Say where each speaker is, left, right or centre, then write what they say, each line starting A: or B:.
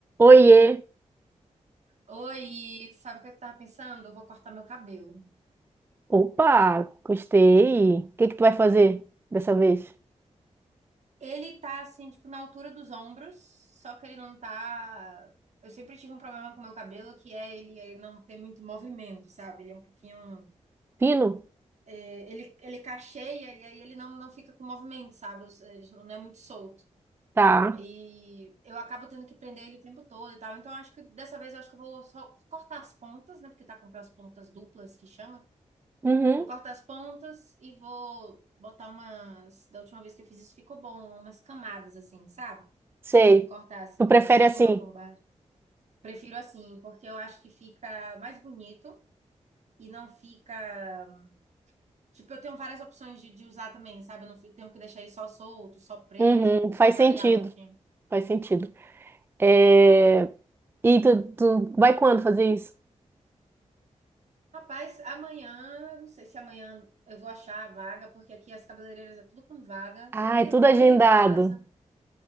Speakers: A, on the right; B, on the right.
A: Oiê!
B: Oi, sabe o que eu tava pensando? Eu vou cortar meu cabelo.
A: Opa, gostei. O que que tu vai fazer dessa vez?
B: Ele tá assim, tipo, na altura dos ombros, só que ele não tá. Eu sempre tive um problema com meu cabelo, que é ele ele não ter muito movimento, sabe? Ele é um pouquinho.
A: Pino?
B: é, Ele, ele cacheia e aí ele não, não fica com movimento, sabe? Os- Ele não é muito solto.
A: Tá.
B: E eu acabo tendo que prender ele o tempo todo e tal. Então, eu acho que dessa vez eu acho que eu vou só cortar as pontas, né? Porque tá com aquelas pontas duplas que chama,
A: Uhum,
B: Vou cortar as pontas e vou botar umas. Da última vez que eu fiz isso, ficou bom, umas camadas assim, sabe?
A: sei.
B: Cortar assim,
A: Tu prefere
B: por cima,
A: assim?
B: por baixo. Prefiro assim, porque eu acho que fica mais bonito e não fica. Tipo, eu tenho várias opções de, de usar também, sabe? Eu não fico- tenho que deixar ele só solto, só preso,
A: Uhum,
B: eu consigo
A: faz
B: variar
A: sentido.
B: um pouquinho.
A: Faz sentido. É... E tu, tu vai quando fazer isso?
B: Rapaz, amanhã, não sei se amanhã eu vou achar a vaga, porque aqui as cabeleireiras é tudo com vaga.
A: Ah,
B: Eu queria
A: é tudo
B: tentar
A: agendado.
B: fazer em casa.